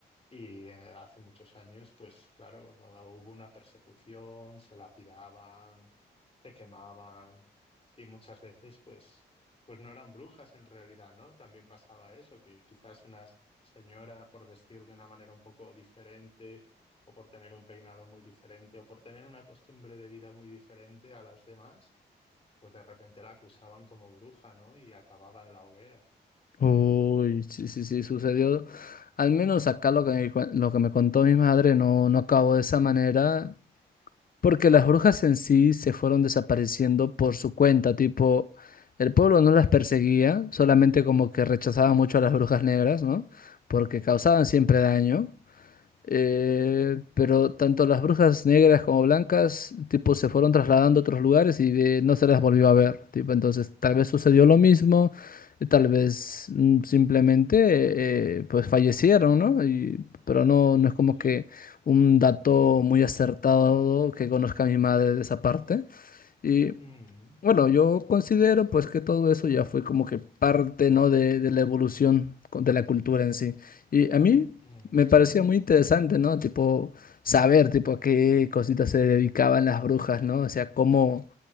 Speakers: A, on the left; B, on the left.
A: y, eh, hace muchos años, pues claro, hubo una persecución, se lapidaban, se quemaban y muchas veces pues, pues no eran brujas en realidad, ¿no? También pasaba eso, que quizás una señora por vestir de una manera un poco diferente o por tener un peinado muy diferente o por tener una costumbre de vida muy diferente a las demás, pues de repente la acusaban como bruja, ¿no? Y acababa en la hoguera.
B: uy, sí, sí, sí, sucedió. Al menos acá lo que me, cuen- lo que me contó mi madre no, no acabó de esa manera. Porque las brujas en sí se fueron desapareciendo por su cuenta, tipo, el pueblo no
A: Mm,
B: las perseguía, solamente como que rechazaba mucho a las brujas negras, ¿no? Porque causaban siempre daño. Eh, pero tanto las brujas negras como blancas, tipo, se fueron trasladando a otros lugares y de- no se las volvió a ver, tipo, entonces tal vez sucedió lo mismo, eh, tal vez mm, simplemente, eh, pues fallecieron, ¿no? Y- pero no, no es como
A: sí.
B: que un dato muy acertado que conozca mi madre de esa parte. y
A: Mm,
B: bueno, yo considero pues que todo eso ya fue como que parte, ¿no? de, de la evolución con- de la cultura en sí. Y a mí
A: mm,
B: me parecía muy interesante, ¿no? Tipo, saber, tipo, a qué cositas se dedicaban las brujas, ¿no? O sea, cómo, o